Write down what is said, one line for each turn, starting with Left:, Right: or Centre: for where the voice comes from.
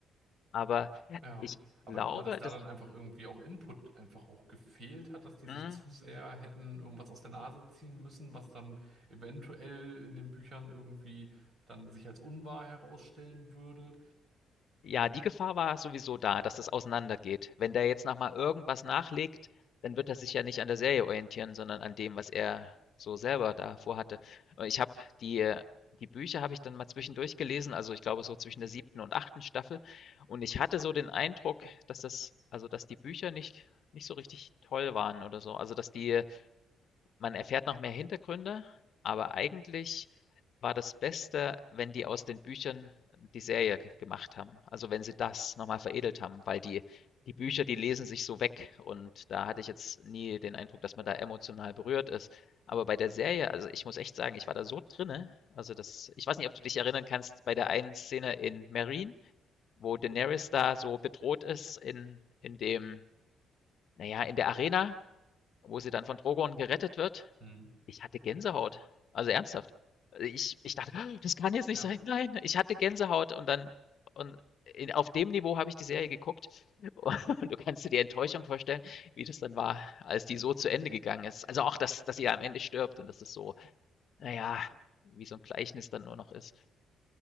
Left: Aber
Right: Ja,
Left: ich
Right: aber,
Left: glaube,
Right: aber dass da
Left: dass
Right: dann einfach irgendwie auch Input einfach auch gefehlt hat, dass die sich
Left: mhm.
Right: zu sehr hätten irgendwas aus der Nase ziehen müssen, was dann eventuell in den Büchern irgendwie dann sich als unwahr herausstellen würde.
Left: Ja, die Gefahr war sowieso da, dass das auseinandergeht. Wenn der jetzt noch mal irgendwas nachlegt, dann wird er sich ja nicht an der Serie orientieren, sondern an dem, was er so selber da vorhatte. Und ich habe die äh, die Bücher habe ich dann mal zwischendurch gelesen, also ich glaube so zwischen der siebten und achten Staffel. Und ich hatte so den Eindruck, dass das also dass die Bücher nicht nicht so richtig toll waren oder so. Also, dass die man erfährt noch mehr Hintergründe, aber eigentlich war das Beste, wenn die aus den Büchern die Serie g gemacht haben. Also, wenn sie das noch mal veredelt haben, weil die die Bücher, die lesen sich so weg und da hatte ich jetzt nie den Eindruck, dass man da emotional berührt ist. Aber bei der Serie also, ich muss echt sagen, ich war da so drinnen, also, das ich weiß nicht, ob du dich erinnern kannst bei der einen Szene in Meereen, wo Daenerys da so bedroht ist in in dem naja, in der Arena, wo sie dann von Drogon gerettet wird
Right: Hm.
Left: ich hatte Gänsehaut. Also ernsthaft. Ich ich dachte: "Ah, „Das kann jetzt nicht
Right: Ja,
Left: sein. Nein!“ Ich hatte Gänsehaut und dann und in auf dem Niveau habe ich die Serie geguckt und du kannst dir die Enttäuschung vorstellen, wie das dann war, als die so zu Ende gegangen ist. Also auch, dass dass sie am Ende stirbt und dass das so, naja, wie so ein Gleichnis dann nur noch ist,